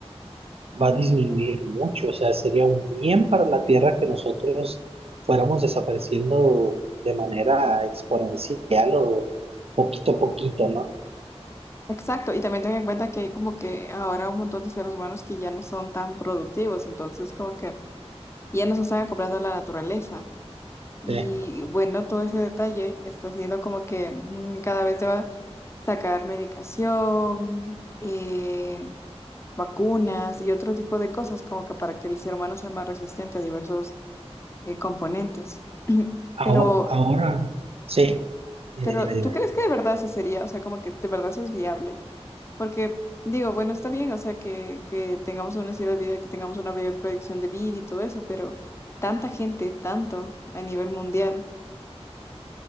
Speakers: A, on the right; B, on the left.
A: va a disminuir mucho, o sea, sería un bien para la Tierra que nosotros fuéramos desapareciendo de manera exponencial o poquito a poquito, ¿no?
B: Exacto, y también ten en cuenta que hay como que ahora un montón de seres humanos que ya no son tan productivos, entonces como que ya nos están acoplando a la naturaleza. Y
A: Sí,
B: bueno, todo ese detalle está haciendo como que mm, cada vez deba sacar medicación, eh, vacunas y otro tipo de cosas como que para que el ser humano sea más resistente a diversos eh, componentes. <clears throat>
A: Aho-
B: Pero,
A: Ahora, sí, dime,
B: pero,
A: dime, dime.
B: ¿tú crees que de verdad eso sería? O sea, como que de verdad eso es viable. Porque digo, bueno, está bien, o sea, que, que tengamos un estilo de vida, que tengamos una buena proyección de vida y todo eso, pero tanta gente, tanto a nivel mundial.